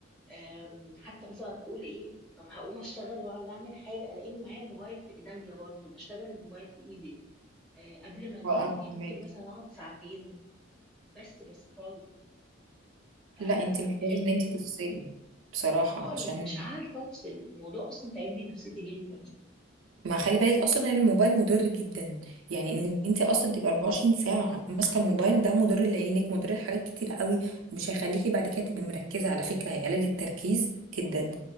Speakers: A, in the centre; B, on the right.
A: أم، حتى مثلا اقول ايه طب هقوم اشتغل ولا اعمل حاجه الاقيني معايا الموبايل في ايديا برضو بشتغل الموبايل في ايدي أه، قبل ما انام
B: اه انا
A: يعني
B: فهماكي
A: ممكن مثلا اقعد ساعتين بس بسكرول فالموضوع
B: لا انت محتاجه ان انت تفصلي بصراحه
A: خالص
B: عشان
A: مش عارفه افصل الموضوع اصلا تعب لي نفسيتي جدا
B: ما خلي بالك اصلا ان الموبايل مضر جدا يعني ان انت اصلا تبقي 24 ساعه ماسكه الموبايل ده مضر لعينك مضر لحاجات كتيره قوي مش هيخليكي بعد كده تبقي مركزه على فكره هيقلل التركيز جدا